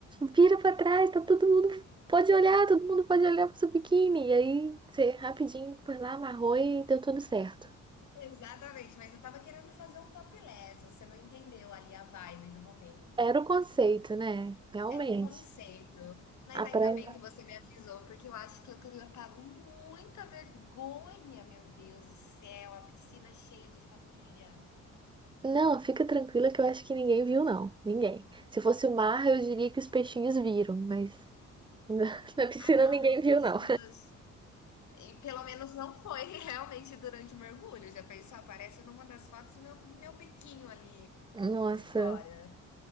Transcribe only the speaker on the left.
Exatamente, mas eu tava querendo fazer um topless, você não entendeu ali a vibe do momento.
Era um conceito, mas
ainda
bem que você me avisou, porque eu acho que eu teria pago muita vergonha, meu Deus do céu, a piscina cheia de família.
Ah, não,
os
bichinhos
E pelo menos não foi <laughs> realmente durante o mergulho. Já pensou? Aparece numa das fotos o meu, meu biquinho ali
de fora.